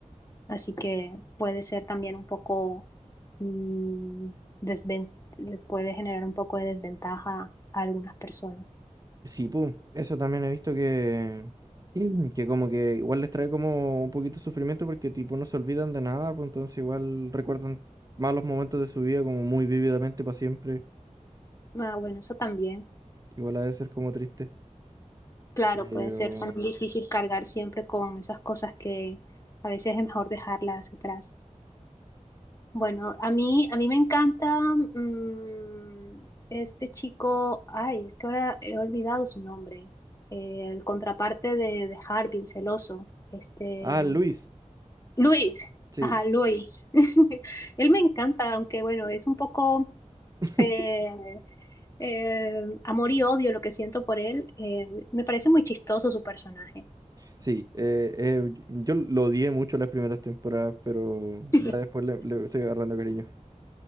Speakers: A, on the left; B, on the right.
A: Así que puede ser también un poco, mm, desven- puede generar un poco de desventaja a algunas personas.
B: Sí, pum, eso también he visto que, y que como que igual les trae como un poquito de sufrimiento porque tipo no se olvidan de nada, pues entonces igual recuerdan malos momentos de su vida como muy vívidamente para siempre.
A: Ah, bueno, eso también.
B: Igual ha de ser como triste.
A: Claro,
B: Pero...
A: puede ser tan difícil cargar siempre con esas cosas que a veces es mejor dejarlas atrás. Bueno, a mí, a mí me encanta mm, este chico, ay, es que ahora he olvidado su nombre, Eh, el contraparte de, de Harvey, el celoso, este,
B: Ah, Luis,
A: Luis,
B: sí,
A: ajá, Luis. <laughs> Él me encanta, aunque bueno, es un poco...
B: <laughs>
A: eh, eh, amor y odio lo que siento por él. eh, me parece muy chistoso su personaje.
B: sí. eh, eh, y- yo lo odié mucho las primeras temporadas, pero
A: <laughs>
B: ya después le, le estoy agarrando cariño.